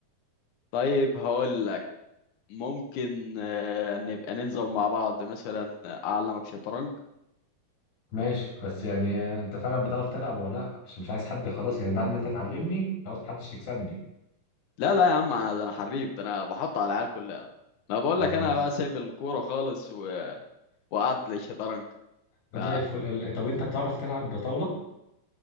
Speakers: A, on the left; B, on the left.
A: طيب هقول لك ممكن آه، نبقى ننزل مع بعض مثلا اعلمك شطرنج
B: ماشي بس يعني انت فعلا بتعرف تلعب ولا لا عشان مش عايز حد خلاص يعني بعد ما انت تعلمني خلاص محدش يكسبني
A: لا لا يا عم انا ده انا حريف ده انا بحط على العيال كلها ما بقول
B: خلاص
A: لك انا بقى سايب الكوره خالص و... وقعد للشطرنج
B: طب
A: ف
B: زي الفل ال- طب انت بتعرف تلعب بطاولة